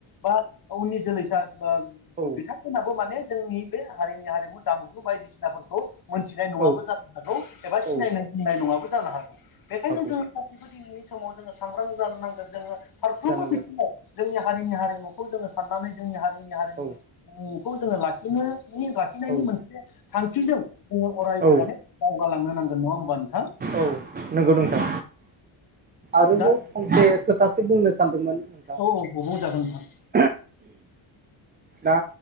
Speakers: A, on the left (about 45°); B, on the right (about 20°).
A: बा उननि जोलैसा ओ
B: औ
A: बिथां फोराबो माने जोंनि बे हारिनि हारिमु दामजु बायदिसिनाफोरखौ मोनथिनाय नङाबो
B: औ
A: जानो हागौ एबा
B: औ
A: सिनायनाय होननाय नङाबो जानो हागौ बेखायनो
B: हागौ
A: जों बेबायदिनि समाव जोङो सांग्रां जानो नांगोन जोङो फारफ्रोमबो
B: जानांगोन
A: बिथिङाव जोंनि हारिनि हारिमुखौ जोङो साननानै जोंनि हारिनि हारिमु
B: औ
A: खौ जोङो लाखिनो लाखिनायनि
B: औ
A: मोनसे थांखिजों जोङो अरायबो
B: औ
A: माने दावगालांनो नांगोन नङा होमबा नोंथां?
B: औ नंगौ नोंथां आरोबाव
A: दा
B: फंसे खोथासो बुंनो सानदोंमोन। नोंथां
A: औ औ बुंजागोन नोंथां।
B: <inaudible> दा